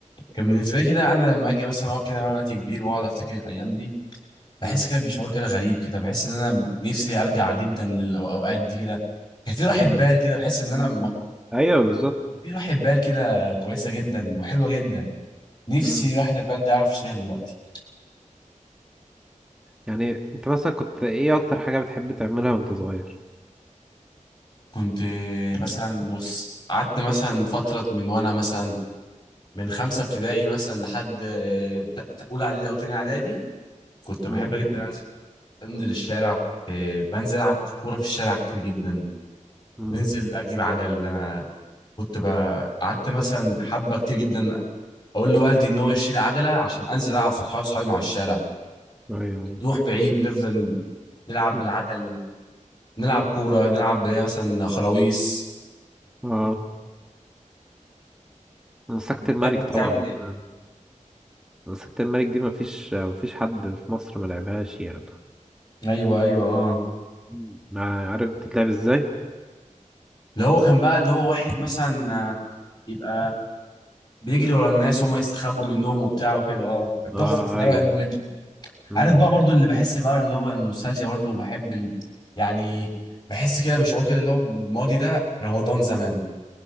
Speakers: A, on the left; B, in the centre.
A: كان
B: مم.
A: بالنسبه لي كده انا لما اجي مثلا اقعد كده وانا وقت كبير واقعد افتكر الايام دي بحس
B: مم.
A: كده بشعور كده غريب كده بحس ان انا نفسي ارجع جدا للاوقات دي كده كان في راحه
B: مم.
A: بال كده بحس ان انا
B: أيوه بالظبط
A: في راحة بال كده كويسة جدا وحلوة جدا نفسي
B: مم.
A: راحة البال دي أعرف أشتريها دلوقتي
B: يعني أنت مثلا كنت إيه أكتر حاجة بتحب تعملها وأنت صغير؟
A: كنت مثلا نص قعدت مثلا فترة من وأنا مثلا من خمسة ابتدائي مثلا لحد ت- ت- أولى إعدادي أو تانية إعدادي كنت بحب
B: مم.
A: جدا أنزل أنزل الشارع كنت بنزل ألعب كورة في الشارع كتير جدا
B: مم.
A: ننزل أجيب عجل أنا كنت ب- قعدت مثلا حبة كتير جدا أقول لوالدي إن هو يشتري عجلة عشان أنزل ألعب في صحابي صحابي مع الشارع
B: أيوه أيوه
A: نروح بعيد نفضل نلعب
B: مم.
A: بالعجل نلعب كورة نلعب اللي هي مثلا خلاويص
B: أه مسكت الملك
A: تعمل
B: طبعا
A: تعمل ايه
B: آه، مسكت الملك دي مفيش مفيش حد في مصر ملعبهاش يعني
A: ايوه ايوه اه
B: مم. عارف بتتلعب إزاي؟
A: اللي هو كان بقى اللي هو واحد مثلا آه، يبقى بيجري ورا الناس هم يستخبوا منهم وبتاع وكده اه كانت
B: اه
A: تحفة كانت لعبة
B: ايوه
A: حلوة جدا
B: مم.
A: عارف بقى برضو اللي بحس بقى اللي هو النوستالجيا برضو بحب ال... يعني بحس كده بشعور كده اللي هو الماضي ده رمضان زمان